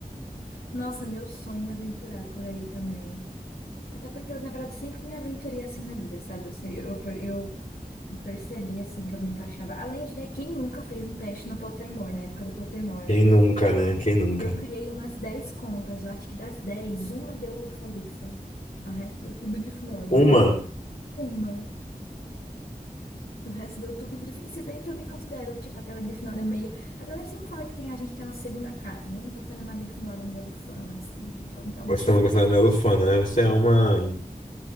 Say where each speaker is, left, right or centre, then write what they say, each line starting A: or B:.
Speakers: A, on the left; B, on the left.
A: Nossa, meu sonho é me aventurar por aí também. Até porque eu, na verdade, sempre me aventurei assim na vida, sabe? Eu, sei- eu, per- eu percebi assim que eu me encaixava. Além de, né, quem nunca fez um teste no Pottermore, na época do Pottermore,
B: Quem
A: né?
B: nunca, né? Quem nunca?
A: Eu criei umas 10 contas, eu acho que das 10, uma deu Lufa-Lufa. O resto deu tudo Grifinória.
B: Uma.
A: Uma. O resto deu tudo Grifinória. E se bem que eu me considero, tipo, aquela Grifinória meio. A galera sempre fala que tem, a gente tem uma segunda casa, né? Eu me considero uma Grifinória meio lufana, assim, em alguns
B: Você
A: aspectos.
B: não gostou da Melofona, né? Você é uma.